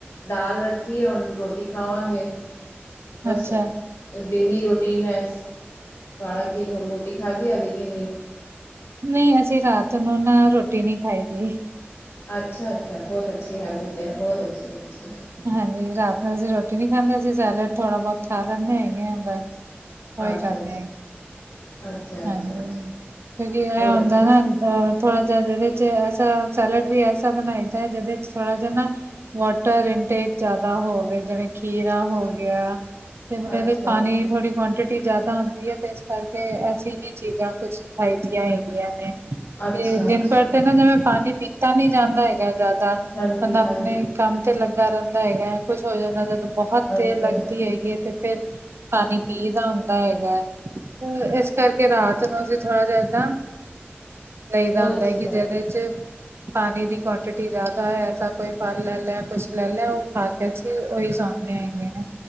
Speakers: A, on the left; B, on the right.
A: ਦਾਲ ਰੱਖੀ ਆ ਹੁਣ ਰੋਟੀ ਖਾਵਾਂਗੇ। ਬਸ
B: ਅੱਛਾ,
A: ਡੇਲੀ ਰੋਟੀਨ ਐ ਤੁਹਾਡਾ ਕਿ ਹੁਣ ਰੋਟੀ ਖਾਧੀ ਹਾਲੇ ਕੇ ਨਹੀਂ।
B: ਨਹੀਂ, ਅਸੀਂ ਰਾਤ ਨੂੰ ਨਾ ਰੋਟੀ ਨਹੀਂ ਖਾਈ ਦੀ।
A: ਅੱਛਾ, ਅੱਛਾ ਬਹੁਤ ਅੱਛੀ ਹੈਬਿਟ ਐ ਬਹੁਤ ਅੱਛੀ, ਅੱਛੀ।
B: ਹਾਂਜੀ, ਰਾਤ ਨੂੰ ਅਸੀਂ ਰੋਟੀ ਨੀ ਖਾਂਦੇ ਅਸੀਂ ਸੈਲੇਡ ਥੋੜ੍ਹਾ ਬਹੁਤ ਖਾ ਲੈਂਦੇ ਹੈਗੇ ਹਾਂ ਬਸ ਉਹੀ
A: ਅੱਛਾ,
B: ਲੈਂਦੇ ਆ,
A: ਅੱਛਾ।
B: ਹਾਂਜੀ,
A: ਅੱਛਾ
B: ਕਿਉਂਕਿ ਇਹ
A: ਬਹੁਤ
B: ਹੁੰਦਾ
A: ਅੱਛੀ
B: ਨਾ ਅ ਥੋੜ ਜਿਹਾ ਜਿਹਦੇ ਚ ਐਸਾ ਸੈਲਡ ਵੀ ਐਸਾ ਬਣਾਈ ਦਾ ਜਿਹਦੇ ਚ ਥੋੜਾ ਜ ਨਾ ਵਾਟਰ ਇਨਟੇਕ ਜਿਆਦਾ ਹੋਵੇ ਜਿਵੇਂ ਖੀਰਾ ਹੋ ਗਿਆ। ਤੇ ਮਤਲਬ ਇਹਦੇ
A: ਅੱਛਾ
B: ਵਿੱਚ ਪਾਣੀ
A: ਅੱਛਾ
B: ਥੋੜੀ ਕੁਆਂਟਿਟੀ ਜਿਆਦਾ ਹੁੰਦੀ ਐ ਤੇ ਇਸ ਕਰਕੇ ਅ ਵੀ ਚੀਜ਼ਾਂ ਕੁਛ ਖਾਈ ਦੀਆਂ ਹੈਗੀਆਂ ਨੇ
A: ਅੱਛਾ
B: ਵੀ ਦਿਨ
A: ਅੱਛਾ
B: ਭਰ ਤੇ ਨਾ ਜਿਵੇਂ ਪਾਣੀ ਪੀਤਾ ਨੀ ਜਾਂਦਾ ਹੈਗਾ ਜ਼ਿਆਦਾ।
A: ਹਾਂਜੀ
B: ਬੰਦਾ ਆਪਣੇ
A: ਹਾਂਜੀ
B: ਕੰਮ ਤੇ ਲੱਗਾ ਰਹਿੰਦਾ ਹੈਗਾ ਕੁੱਛ ਹੋ ਜਾਂਦਾ ਜਦੋਂ ਬਹੁਤ ਦੇਰ
A: ਅੱਛਾ
B: ਲੱਗਦੀ ਹੈਗੀ ਹੈ ਤੇ ਫਿਰ ਪਾਣੀ ਪੀ ਦਾ ਹੁੰਦਾ ਹੈਗਾ ਤੇ ਇਸ ਕਰਕੇ ਰਾਤ ਨੂੰ ਅਸੀਂ ਥੋੜ੍ਹਾ ਜਿਹਾ ਏਦਾਂ ਲਈਦਾ
A: ਬਹੁਤ
B: ਹੁੰਦਾ
A: ਅੱਛੀ
B: ਹੈ ਕਿ
A: ਗੱਲ
B: ਜਿਦੇ ਚ ਪਾਣੀ ਦੀ ਕੁਆਂਟਿਟੀ ਜ਼ਿਆਦਾ ਐ ਐਸਾ ਕੋਈ ਫਲ ਲੈ ਲੈ ਕੁਛ ਲੈ ਲੈ ਉਹ ਖਾ ਕੇ ਅਸੀਂ ਉਹੀ ਸੌ ਦੇ ਹੇਗੈ ਨੇ